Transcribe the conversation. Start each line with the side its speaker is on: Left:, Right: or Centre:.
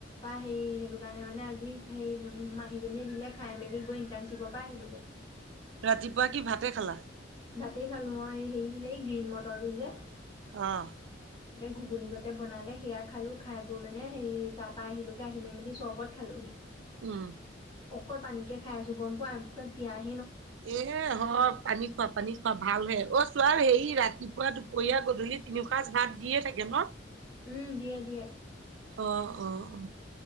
Left: হে সেইটো কাৰণে মানে আজি সেই মাহীজনীয়ে দিলে খাই মেলি গৈ ইন্টাৰ্ণশ্বিপৰ পৰা আহিলোগে
Right: ৰাতিপুৱা কি ভাতে খালা
Left: ভাতেই খালো মই হেৰি দিলে গ্ৰীণ মটৰটো যে
Right: আহ
Left: ঘুগুন গতে বনালে সেয়া খালো খাই বোৰ মানে সেৰি তাৰ পৰা আহিলো আহিলে মেলি চবত খালোহি
Right: উম।
Left: অকল পানী কে খাই আছোঁ গম পোৱা পিয়াজ
Right: এ হয় পানী খোৱাব পানী খোৱা ভাল হে অ চোৱাৰ হেৰি ৰাতিপুৱা দুপৰীয়া গধূলি তিনিও সাজ ভাত দিয়ে থাকে ন
Left: উম দিয়ে দিয়ে
Right: অ অ অ